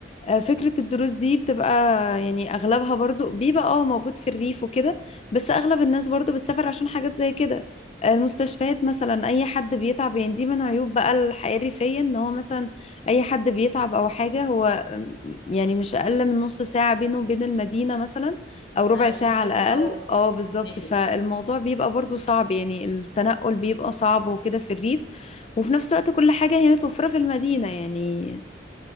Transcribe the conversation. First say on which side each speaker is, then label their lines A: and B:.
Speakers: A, on the left (about 35°); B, on the left (about 90°).
A: آه، فكرة الدروس دي بتبقى يعني أغلبها برضو بيبقى اه موجود في الريف وكده بس أغلب الناس برضو بتسافر عشان حاجات زي كده آه، المستشفيات مثلا أي حد بيتعب يعني دي من عيوب بقى الحياة الريفية إن هو مثلا أي حد بيتعب أو حاجة هو آم، يعني مش أقل من نص ساعة بينه وبين المدينة مثلا أو ربع
B: علشان
A: ساعة
B: يجي
A: على
B: اه
A: الأقل اه بالظبط
B: فاهماكي
A: فالموضوع بيبقى برضو صعب يعني التنقل بيبقى صعب وكده في الريف وفي نفس الوقت كل حاجة هي متوفرة في المدينة يعني